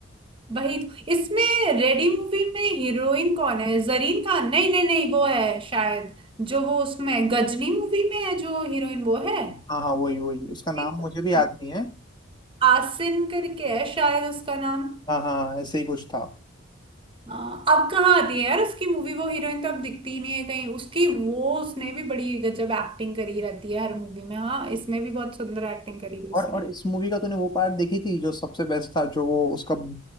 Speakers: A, on the right; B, on the left.
A: वही तो- इसमें रेडी मूवी में हीरोइन कौन है जरीन खान नहीं नहीं नहीं वो है शायद जो वो उसमें गजनी मूवी में है जो हीरोइन वो है
B: हाँ हाँ वही वही उसका नाम
A: एक-
B: मुझे भी याद नहीं है
A: आसिन करके है शायद उसका नाम
B: हाँ हाँ ऐसे ही कुछ था
A: आ, अब कहाँ आती है यार उसकी मूवी वो हीरोइन तो अब दिखती ही नहीं है कहीं उसकी वो उसने भी बड़ी गजब एक्टिंग करी रहती है हर मूवी में हाँ इसमें भी बहुत सुंदर एक्टिंग करी थी उसने
B: और और इस मूवी का तूने वो पार्ट देखी थी जो सबसे बेस्ट था जो वो उसका